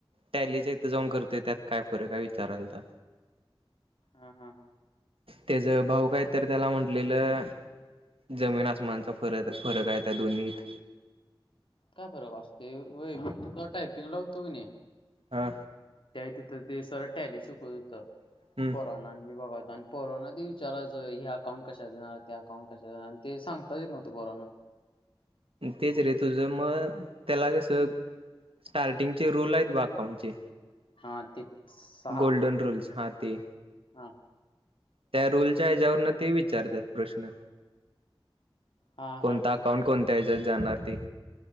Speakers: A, on the right; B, on the left.
A: टॅलीच इथं जाऊन करतोय त्यात काय फरक हाय विचारालतो.
B: हा हम. हम्.
A: त्याच भाऊ काय तर त्याला म्हटलेलं. जमीन आसमानाचा फरक फरक आहे. त्या दोन्हीत
B: काय फरक असतोय? व्हय मी तिथं टायपिंग ला होतो की नाही,
A: हा
B: त्या तिथं ते सर टॅली शिकवत होतं,
A: हम्म
B: पोरांनो आणि हे बघा पोरांना ते विचारायचं हे अकाउंट कशात येणार ते अकाउंट कशात येणार? आणि ते सांगताच येत नव्हतं पोरांना.
A: तेच रे तुझं मग त्याला कसं स्टार्टिंगचे रूल आहेत बघ अकाउंटचे,
B: हा ते सहा
A: गोल्डन रूल्स हा ते
B: हा
A: त्या रूलच्या हेच्यावरनं ते विचारतात प्रश्नं.
B: हा
A: कोणता
B: हा हा
A: अकाउंट कोणत्या हेच्यात जाणार ते